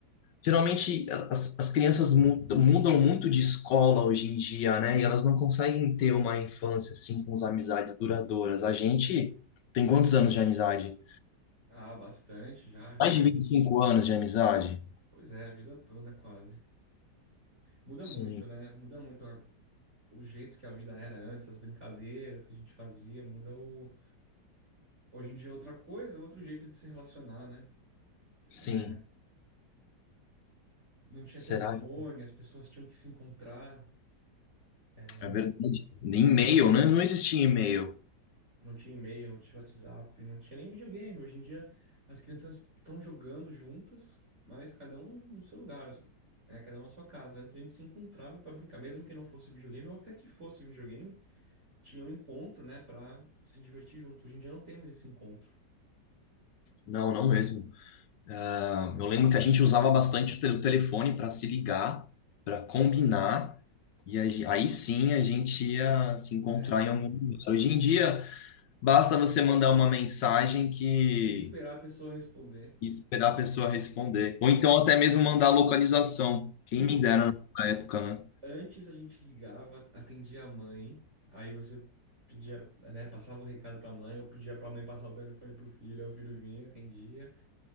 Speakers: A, on the left; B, on the right.
A: Geralmente as, as crianças mu- mudam muito de escola hoje em dia, né? E elas não conseguem ter uma infância assim com as amizades duradouras. A gente tem quantos anos de amizade?
B: Ah, bastante já.
A: Mais de 25 anos de amizade?
B: Pois é, a vida toda quase. Muda
A: Sim,
B: muito, né? Muda muito a- o jeito que a vida era antes, as brincadeiras que a gente fazia, muda o. Hoje em dia é outra coisa, outro jeito de se relacionar, né?
A: sim.
B: É, não tinha
A: Será?
B: telefone,
A: que
B: as pessoas tinham que se encontrar, é, não
A: É verdade. Nem e-mail, né? Não existia e-mail.
B: Não tinha e-mail, não tinha WhatsApp, não tinha nem videogame. Hoje em dia as crianças estão jogando juntas, mas cada um no seu lugar, né? Cada um na sua casa. Antes a gente se encontrava para brincar, mesmo que não fosse videogame, ou até que fosse videogame, tinha um encontro, né, para se divertir junto. Hoje em dia não tem mais esse encontro.
A: Não, não mesmo. Ah, Eu lembro que a gente usava bastante o te- o telefone para se ligar, para combinar, e a aí sim a gente ia se encontrar
B: É,
A: em algum lugar. Hoje em dia. Basta você mandar uma mensagem que
B: E esperar a pessoa responder.
A: e esperar a pessoa responder. Ou então até mesmo mandar a localização. Quem
B: Hum,
A: me dera nessa época, né?
B: antes a gente ligava, atendia a mãe, aí você pedia, né, passava o recado para a mãe, ou pedia para a mãe passar o telefone pro filho, aí o filho vinha, atendia.